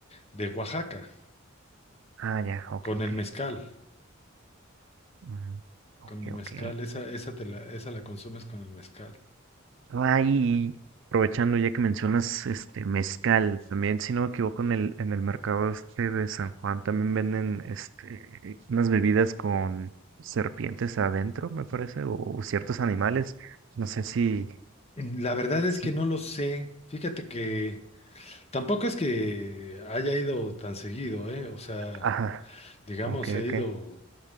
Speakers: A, on the left; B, on the right.
A: de Oaxaca,
B: Ah, ya, ok,
A: con
B: ok.
A: el mezcal,
B: Mm, ok,
A: con el
B: ok.
A: mezcal, esa, esa te la, esa la consumes con el mezcal.
B: Ay, y aprovechando ya que mencionas este mezcal, también si no me equivoco en el, en el mercado este de San Juan también venden este unas bebidas con serpientes adentro, me parece, o, o ciertos animales. No sé si,
A: Mm, La verdad
B: sí,
A: es que no lo sé. Fíjate que tampoco es que haya ido tan seguido, ¿eh? O sea,
B: ajá,
A: Digamos,
B: ok,
A: he
B: ok,
A: ido